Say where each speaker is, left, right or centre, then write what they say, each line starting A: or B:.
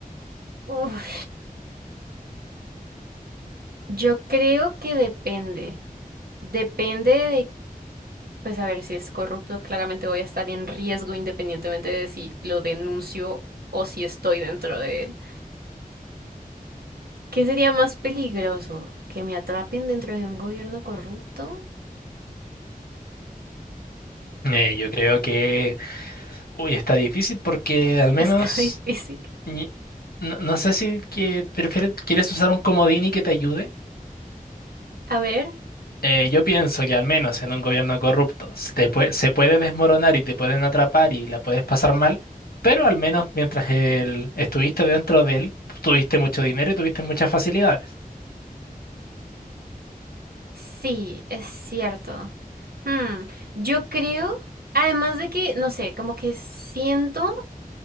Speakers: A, on the right (about 85°); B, on the left (about 80°).
A: Uf, yo creo que depende. Depende de, pues a ver, si es corrupto, claramente voy a estar en riesgo independientemente de si lo denuncio o si estoy dentro de él. ¿Qué sería más peligroso? ¿Que me atrapen dentro de un gobierno corrupto?
B: Eh, yo creo que, uy, está difícil porque al menos,
A: Está <laughs> difícil.
B: ni- no, no sé si que prefieres, quieres usar un comodín y que te ayude.
A: A ver,
B: Eh, yo pienso que al menos en un gobierno corrupto se, te pue- se puede desmoronar y te pueden atrapar y la puedes pasar mal, pero al menos mientras él estuviste dentro de él, tuviste mucho dinero y tuviste muchas facilidades.
A: sí, es cierto. Hmm, yo creo, además de que, no sé, como que siento